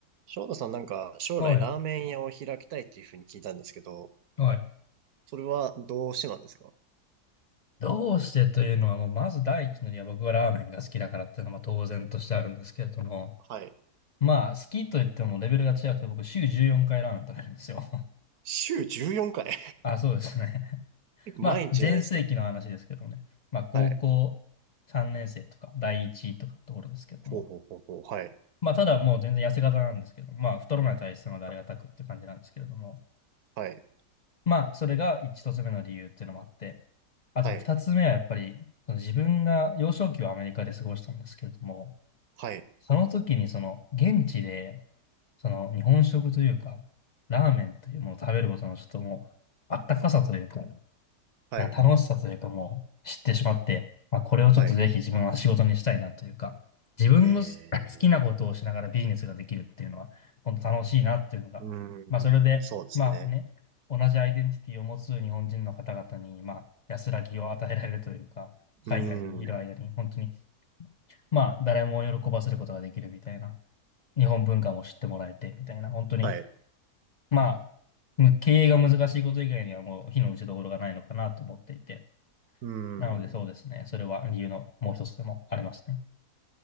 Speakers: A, on the right (about 65°); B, on the left (about 40°).
A: 翔太さんなんか将来ラーメン屋を開きたいっていうふうに聞いたんですけど、
B: はい。はい。
A: それはどうしてなんですか
B: どうしてというのは、もうまず第一の理由は僕がラーメンが好きだからっていうのはまあ当然としてあるんですけれども、
A: はい。
B: まあ好きと言ってもレベルが違くて僕週14回ラーメン食べるんですよ。
A: 週14回
B: <laughs> あ、そうですね。<laughs>
A: <laughs> 毎日じゃないですか。
B: まあ全盛期の話ですけどね。まあ高校3年生とか第一とかのところですけども。
A: はい。ほうほうほうほう。はい。
B: まあただもう全然痩せ型なんですけど、まあ太らない体質なのでありがたくって感じなんですけれども。
A: はい。
B: まあそれが一つ目の理由っていうのもあって、あと二つ目はやっぱり、
A: はい。
B: その自分が幼少期をアメリカで過ごしたんですけれども、
A: はい。
B: その時にその現地で、その日本食というか、ラーメンというものを食べることのちょっともう、あったかさというか、
A: はい。
B: な楽しさというかもう知ってしまって、まあ、これをちょっとぜひ自分は仕事にしたいなというか、
A: はい。
B: 自分のす
A: へえー、
B: <coughs> <laughs> 好きなことをしながらビジネスができるっていうのは、本当楽しいなっていうのが、
A: うーん、
B: まあ、それで、
A: そうですね。
B: まあね、同じアイデンティティを持つ日本人の方々に、まあ、安らぎを与えられるというか、
A: うーん、
B: 海外にいる間に、本当に、まあ、誰も喜ばせることができるみたいな、日本文化も知ってもらえて、みたいな、本当に、
A: はい。
B: まあ、む経営が難しいこと以外にはもう、非の打ちどころがないのかなと思っていて、
A: うーん。
B: なのでそうですね。それは理由のもう一つでもありますね。